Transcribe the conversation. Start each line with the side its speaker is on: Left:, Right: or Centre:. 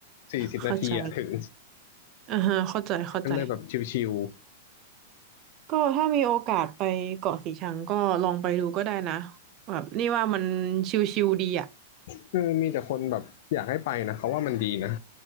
Left: สี่สิบนาทีอะถึง
Right: เข้าใจอ่าฮะเข้าใจเข้าใจ
Left: ก็เลยแบบชิว
Right: ก็ถ้ามีโอกาสไปเกาะสีชังก็ลองไปดูก็ได้นะแบบนี่ว่ามันชิลๆดีอ่ะ
Left: ๆคือมีแต่คนแบบอยากให้ไปนะเขาว่ามันดีนะ